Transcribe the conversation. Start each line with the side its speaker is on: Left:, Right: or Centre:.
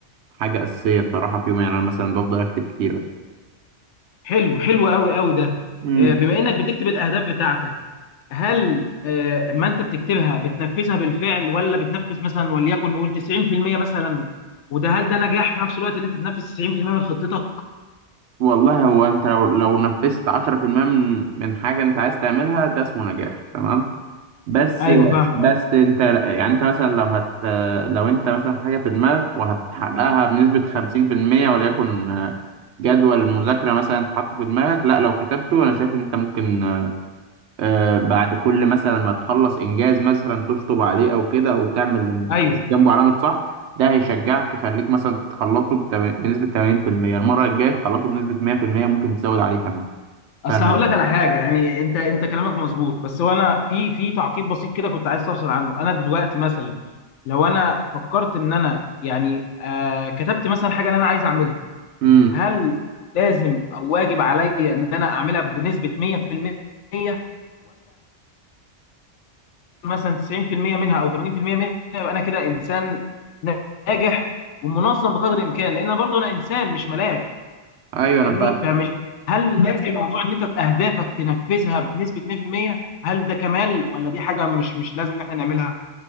Right: حاجة أساسية بصراحة في يومي يعني أنا مثلا بفضل أكتب كتير
Left: حلو حلو قوي قوي ده
Right: أصلا
Left: آه، بما انك بتكتب الاهداف بتاعتك هل آه، ما انت بتكتبها بتنفذها بالفعل ولا بتنفذ مثلا وليكن نقول 90% مثلا وده هل ده نجاح في نفس الوقت ان انت تنفذ 90% من خطتك
Right: والله هو انت لو لو نفذت 10% من من حاجة انت عايز تعملها ده اسمه نجاح تمام بس
Left: ايوه فاهم
Right: بس انت يعني انت مثلا لو هت لو انت مثلا حاجة في دماغك وهتحققها بنسبة 50% وليكن جدول مذاكرة مثلا انت حاطه في دماغك لا لو كتبته انا شايف ان انت ممكن آه، بعد كل مثلا ما تخلص انجاز مثلا تشطب عليه او كده او تعمل
Left: ايوه
Right: جنبه علامه صح ده هيشجعك يخليك مثلا تخلصه بتم- بنسبه 80% المره الجايه تخلصه بنسبه 100% ممكن تزود عليه كمان
Left: اصل
Right: فانا
Left: هقول لك على حاجه يعني انت انت كلامك مظبوط بس هو انا في في تعقيب بسيط كده كنت عايز اوصل عنه انا دلوقتي مثلا لو انا فكرت ان انا يعني آه كتبت مثلا حاجه اللي انا عايز اعملها
Right: امم
Left: هل لازم او واجب عليا ان انا اعملها بنسبه 100% مثلا 90% منها او 80% منها يبقى انا كده انسان ناجح ومنظم بقدر الامكان لان برضه انا انسان مش ملاك
Right: ايوه
Left: فاهمني
Right: انا فاهم.
Left: فمش هل لازم موضوع ان انت اهدافك تنفذها بنسبه 100% هل ده كمال ولا دي حاجه مش مش لازم ان احنا نعملها